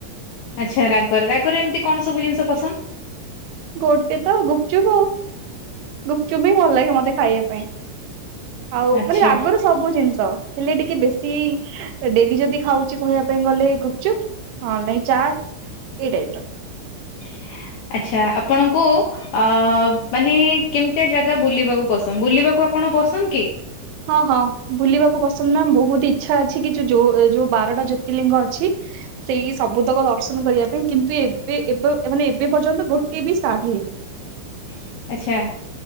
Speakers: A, on the left (about 80°); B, on the right (about 75°).
A: ଆଚ୍ଛା ରାଗ ରାଗରେ ଏମିତି କଣ ସବୁ ଜିନିଷ ପସନ୍ଦ?
B: ଗୋଟେ ତ ଗୁପଚୁପ ଆଉ ଗୁପଚୁପ ହିଁ ଭଲ ଲାଗେ ମତେ ଖାଇବା ପାଇଁ।। ଆଉ
A: ଆଚ୍ଛା
B: ମାନେ ରାଗର ସବୁ ଜିନିଷ। ହେଲେ ଟିକେ ବେଶୀ ଡେଲି ଯଦି ଖାଉଛି କହିବା ପାଇଁ ଗଲେ ଗୁପଚୁପ୍ ହଁ ନାଇଁ ଚାଟ୍। ଏଇ ଟାଇପ୍ ର।
A: ହ। <inaudible> ଆଛା ଆପଣଙ୍କୁ ଅ ମାନେ କେମିତିଆ ଜାଗା ବୁଲିବାକୁ ପସନ୍ଦ ବୁଲିବାକୁ ଆପଣ ପସନ୍ଦ କି?
B: ହଁ ହଁ ବୁଲିବାକୁ ପସନ୍ଦ ନା ବହୁତ ଇଚ୍ଛା ଅଛି କି ଯୋଉ ଯୋଉ ବାରଟା ଜ୍ୟୋତିଲିଙ୍ଗ ଅଛି। ସେଇ ସବୁତକ ଦର୍ଶନ କରିବା ପାଇଁ କିନ୍ତୁ ଏବେ ଏବେ ମାନେ ଏବେ ପର୍ଯ୍ୟନ୍ତ ଗୋଟେ ବି ଷ୍ଟାର୍ଟ ହେଇନି।
A: ହଁ। ଆଚ୍ଛା